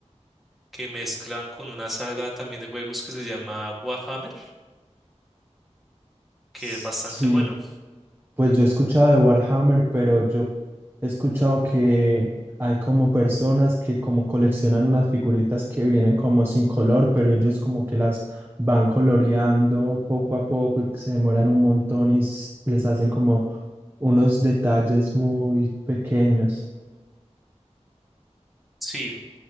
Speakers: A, in the centre; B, on the right.
A: que mezclan con una saga también de juegos que se llama Warhammer, que
B: s-
A: es bastante
B: Sí.
A: bueno.
B: Pues yo he escuchado de Warhammer, pero yo he escuchado que hay como personas que como coleccionan unas figuritas que vienen como sin color, pero ellos como que las van coloreando poco a poco y que se demoran un montón y s- les hacen como unos detalles muy pequeños.
A: Sí,